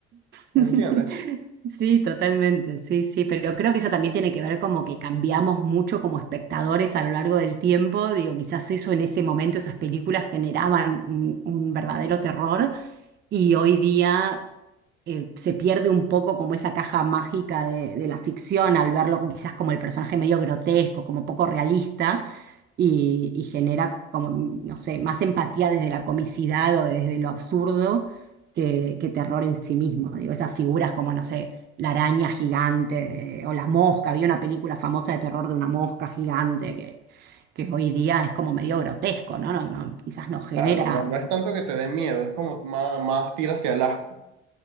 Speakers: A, on the right (about 35°); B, on the right (about 70°).
A: <laughs>
B: ¿entiendes?
A: Sí, totalmente, sí, sí, pero creo que eso también tiene que ver como que cambiamos mucho como espectadores a lo largo del tiempo. Digo, quizás eso en ese momento, esas películas generaban un, un verdadero terror y hoy día eh, se pierde un poco como esa caja mágica de, de la ficción al verlo quizás como el personaje medio grotesco, como poco realista, y, y genera como, no sé, más empatía desde la comicidad o desde lo absurdo que, que terror en sí mismo. Digo, esas figuras como, no sé, la araña gigante de- o la mosca. Había una película famosa de terror de una mosca gigante que, que hoy día es como medio grotesco, ¿no? No, no, quizás no genera.
B: Claro, no, no es tanto que te dé miedo, es como más, más tira hacia el asco.